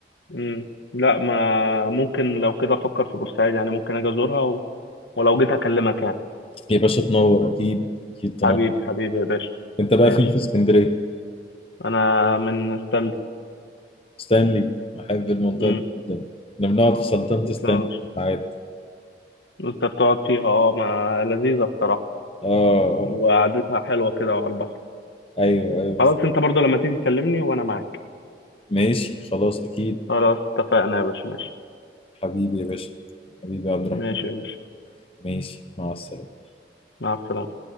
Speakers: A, on the left; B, on the left.
A: امم لا ما ممكن لو كده افكر في بورسعيد يعني ممكن اجي ازورها و... ولو جيت هكلمك يعني
B: يا باشا تنور اكيد اكيد تنور
A: حبيبي حبيبي يا باشا
B: انت بقى
A: ماشي
B: فين في اسكندريه
A: انا من استنى
B: ستانلي احب المنطقه
A: امم
B: دي جدا احنا بنقعد في سلطنه ستانلي
A: تسلم يا باشا
B: ساعات
A: انت بتقعد فيها اه ما لذيذة بصراحة
B: اه آه.
A: وقعدتها حلوة كده وعلى البحر
B: ايوه ايوه
A: خلاص انت برضو لما تيجي كلمني وانا معاك
B: ماشي خلاص اكيد
A: خلاص اتفقنا يا باشا ماشي
B: حبيبي يا باشا حبيبي يا عبد الرحمن
A: ماشي يا باشا
B: ماشي مع السلامه
A: مع السلامة